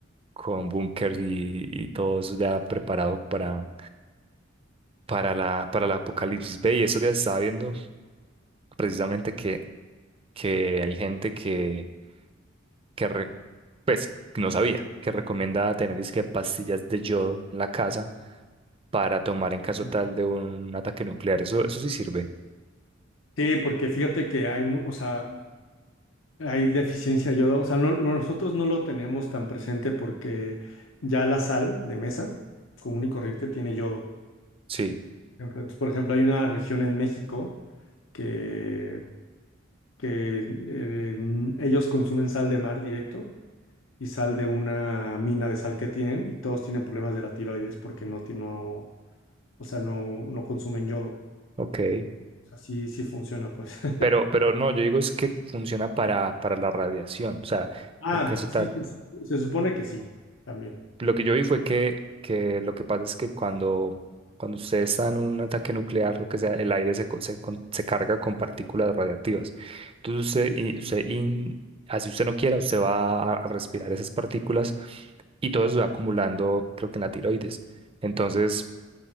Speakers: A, on the right (about 30°); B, on the left (about 80°).
A: con búnkers y, y todo eso ya preparado para, para la, para el apocalipsis. Ve, y esos días estaba viendo precisamente que, que hay gente que, que re- pues, no sabía, que recomienda tener es que pastillas de yodo en la casa para tomar en caso
B: película.
A: tal de un ataque nuclear. Eso, eso sí sirve.
B: Sí, porque fíjate que hay, mu- o sea, hay deficiencia de yodo. O sea, no- no- nosotros no lo tenemos tan presente porque ya la sal de mesa común y corriente tiene yodo.
A: Sí,
B: Por ejemplo, entonces, por ejemplo, hay una región en México que, que eh, n- ellos consumen sal de mar directo y sal de una mina de sal que tienen y todos tienen problemas de la tiroides porque no, tiene- no, o sea, no, no consumen yodo.
A: ok.
B: O sea, sí, sí funciona, pues. <laughs>
A: Pero, pero no, yo digo es que funciona para, para la radiación. O sea,
B: Ah,
A: en caso
B: sí,
A: tal.
B: se, sup- se supone que sí, también.
A: Lo que yo vi fue que, que lo que pasa es que cuando, cuando usted está en un ataque nuclear, lo que sea, el aire se, co- se, con- se carga con partículas radiactivas. Entonces usted, y- usted in- así usted no quiera, usted va a, a respirar esas partículas y todo eso se va acumulando, creo que en la tiroides. Entonces,